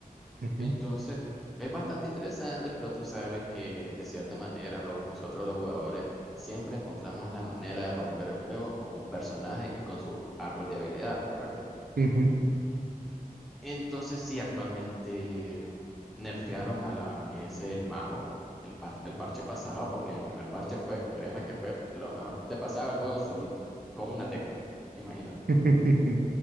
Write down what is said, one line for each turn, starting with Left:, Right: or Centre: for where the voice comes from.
Right: ujú,
Centre: Entonces, es bastante interesante, pero tú sabes que de cierta manera los- nosotros los jugadores siempre encontramos la manera de romper el juego con un personaje y con su árbol de habilidades, ¿correcto?
Right: ujú.
Centre: Entonces sí, actualmente nerfearon a la que es el mago, el, par- el parche pasado, porque en el primer parche fue, créeme que fue lo mejor. Te pasaba el juego solito, con una tecla, imagínate.
Right: <laughs>